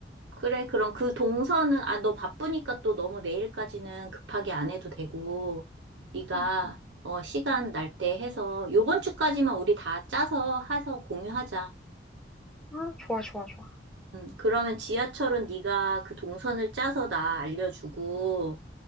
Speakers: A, on the right (about 80°); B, in the centre.
A: 그래, 그럼 그 동선은, 아, 너 바쁘니까 또 너무 내일까지는 급하게 안 해도 되고, 네가,
B: 응, 응,
A: 어, 시간 날 때 해서, 요번 주까지만 우리 다 짜서 해서 공유하자.
B: 아, 좋아, 좋아, 좋아.
A: 음, 그러면 지하철은 네가 그 동선을 짜서 나 알려주고,